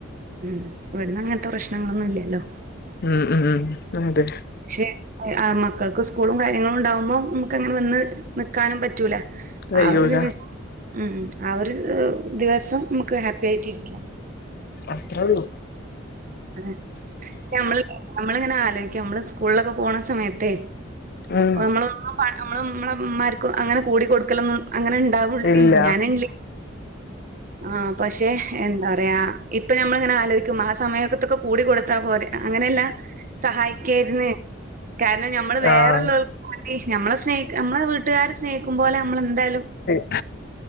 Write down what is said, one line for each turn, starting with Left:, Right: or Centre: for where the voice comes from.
Right: ഉം ഇവിടുന്ന് അങ്ങനത്തെ പ്രശ്നങ്ങളൊന്നും ഇല്ലല്ലോ
Left: ഉം ഉം ഉ അതെ
Right: പക്ഷെ മക്കൾക്ക് സ്കൂളും കാര്യങ്ങളും ഉണ്ടാവുമ്പോം നമുക്ക് അങ്ങനെ വന്ന് നിക്കാനും പറ്റൂല
Left: കയ്യൂല
Right: ആ ഒരു നിമിസം ഉ ആ ഒരു ദിവസം നമുക്ക് ഹാപ്പി ആയിട്ടിരിക്കാം
Left: അത്രേയുള്ളൂ
Right: അതെ നമ്മള് നമ്മളിങ്ങനെ ആലോചിക്കും നമ്മള് സ്കൂളിലൊക്കെ പോണ സമയത്തേ
Left: ഉം
Right: നമ്മള് നമ്മ നമ്മളമാർക്കും അങ്ങനെ കൂടി കൊടുക്കല അങ്ങനെ ഇണ്ടാവും
Left: ഇല്ല
Right: ഞാനല്ലേ ആ പക്ഷെ എന്താ പറയാ ഇപ്പൊ നമ്മള് ഇങ്ങനെ ആലോചിക്കും ആ സമയം ത്തൊക്കെ കൂടിക്കൊടുത്താ പോ അങ്ങനെയ എല്ലാം സഹായിക്കായിരുന്നു കാരണം നമ്മള് വേറെല്ലൾക്കവേണ്ടി
Left: ആഹ്
Right: ഞമ്മ്ളെ സ്നേഹിക്ക നമ്മളെ വീട്ടുകാരാര് സ്നേഹിക്കുമ്പോപോലെ നമ്മൾെന്തായാലും
Left: ഉ